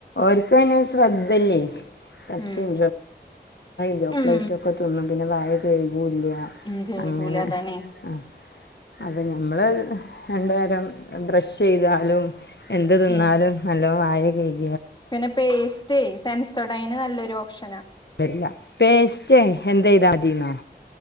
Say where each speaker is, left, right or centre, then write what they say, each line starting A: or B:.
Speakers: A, on the left; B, on the left.
A: ർക്കും ഓർക്ക് ശ്രദ്ധല്ലേ. പേപ്സിം
B: ഉം
A: ജോ
B: ഉം
A: പ്ലൈറ്റ ഒക്കെ തിന്നും പിന്നെ വായ കഴി- കുല്ല
B: ഉം കേൾക്കൂല
A: അങ്ങനെ
B: അതാണേ
A: - അപ്പൊ ഞമ്മള് രണ്ട് നേരം ബ്രഷ് ചെയ്താലും എന്ത-
B: ഉം
A: എന്നാലും നല്ല വായ കയി-
B: പിന്നെ പേസ്റ്റ് സെൻസഡായിൻ നല്ലൊരു ഓപ്ഷൻ.
A: രില്ല പേസ്റ്റ് എന്തായ്ത മതിന്നോ-